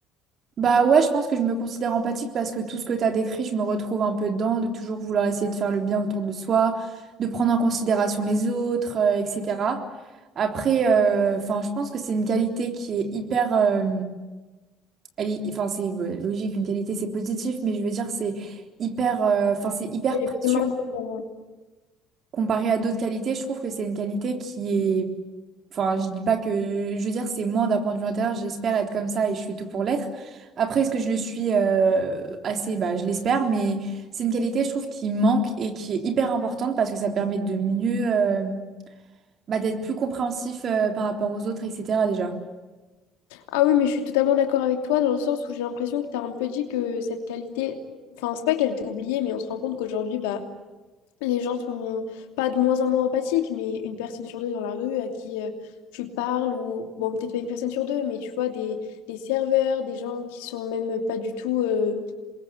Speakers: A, on the right; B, on the left.
A: Bah ouais, je pense que je me considère empathique parce que tout ce que t'as décrit, je me retrouve un peu dedans, de toujours vouloir essayer de faire le bien autour de soi, de prendre en considération les autres, euh, etc. Après, euh, enfin, je pense que c'est une qualité qui est hyper, euh, elle est- enfin, c'est euh, logique, une qualité c'est positif, mais je veux dire c'est hyper, euh, enfin, c'est hyper
B: Elle
A: précieux
B: est primordiale pour moi.
A: comparé à d'autres qualités, je trouve que c'est une qualité qui est... Enfin, je dis pas que... Je veux dire, c'est moi d'un point de vue intérieur, j'espère être comme ça et je fais tout pour l'être. Après, est-ce que je le suis euh, assez? Bah, je l'espère, mais c'est une qualité, je trouve, qui manque et qui est hyper importante parce que ça permet de mieux... euh, bah, d'être plus compréhensif euh, par rapport aux autres, etc. déjà.
B: Ah oui, mais je suis totalement d'accord avec toi dans le sens où j'ai l'impression que tu un peu dit que cette qualité, enfin, c'est pas qu'elle était oubliée, mais on se rend compte qu'aujourd'hui, bah, les gens sont pas de moins en moins empathiques, mais une personne sur deux dans la rue à qui euh, tu parles, ou bon, peut-être pas une personne sur deux, mais tu vois, des, des serveurs, des gens qui sont même pas du tout euh,